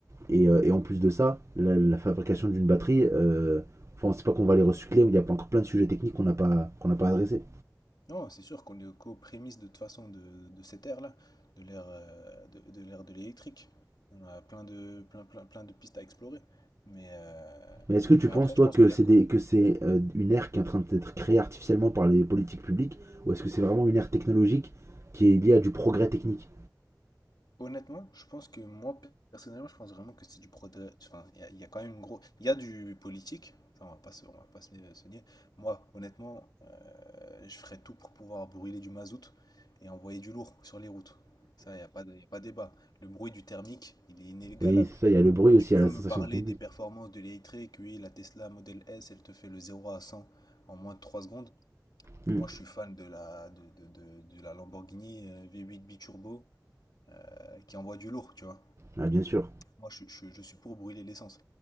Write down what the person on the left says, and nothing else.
Non, c'est sûr qu'on est qu'aux prémices de toute façon de, de cette ère-là, de l'ère euh, de, de l'ère de l'électrique. On a plein de plein plein plein de pistes à explorer. Mais euh,
mais
après,
je pense
qu'il
y a
honnêtement, je pense que moi personnellement, je pense vraiment que c'est du progrès. Enfin, il y a, il y a quand même une gros, il y a du politique. Ça, on va pas se, on va pas se, se nier. Moi, honnêtement, euh, je ferais tout pour pouvoir brûler du mazout et envoyer du lourd sur les routes. Ça, il n'y a pas de, y a pas débat. Le bruit du thermique, il est inégalable.
Tu
peux
me
parler
des performances de l'électrique? Oui, la Tesla Model S, elle te fait le zéro à 100 en moins de 3 secondes.
Moi, je suis fan de la, de, de- de- de la Lamborghini euh, V8 Biturbo euh, qui envoie du lourd, tu vois.
Moi, je, je- je suis pour brûler l'essence.